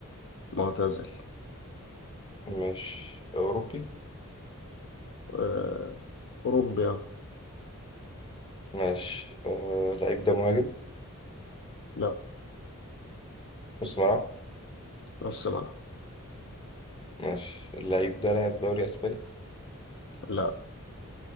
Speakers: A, on the left; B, on the left.
A: معتزل
B: ماشي اوروبي
A: آه. اوروبي آه.
B: ماشي أه اللعيب ده مهاجم
A: لا
B: نص ملعب
A: نص ملعب
B: ماشي اللعيب ده لعب دوري اسباني
A: لا